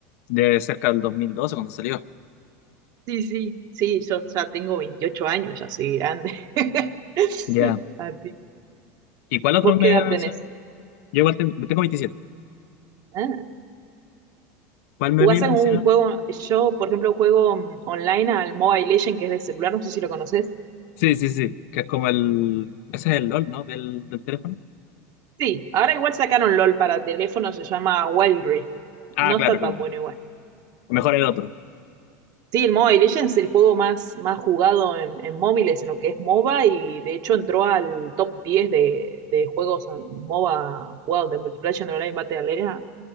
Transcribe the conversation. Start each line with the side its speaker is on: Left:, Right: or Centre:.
Left: de cerca del 2012 cuando salió.
Right: Sí, sí, sí, yo ya tengo 28 años, ya soy grande. <laughs>
Left: Ya.
Right: Así.
Left: ¿Y cuál otro
Right: ¿Vos
Left: me
Right: qué edad
Left: iba a
Right: tenés?
Left: mencionar? Yo igual tengo, tengo 27.
Right: Ah,
Left: ¿Cuál me
Right: ¿Jugás
Left: viene
Right: algún
Left: a mencionar?
Right: juego? Yo, por ejemplo, juego mm, online al Mobile Legend, que es de celular, no sé si lo conoces.
Left: Sí, sí, sí, que es como el... Ese es el LOL, ¿no? Del, del teléfono.
Right: Sí, ahora igual sacaron LOL para teléfono, se llama Wild Rift.
Left: Ah,
Right: No
Left: claro,
Right: está
Left: claro.
Right: tan bueno igual.
Left: Mejor el otro.
Right: Sí, el Mobile Legends es el juego más, más jugado en, en móviles, en lo que es MOBA, y de hecho entró al top 10 de, de juegos en MOBA jugados de multiplayer en online Battle Arena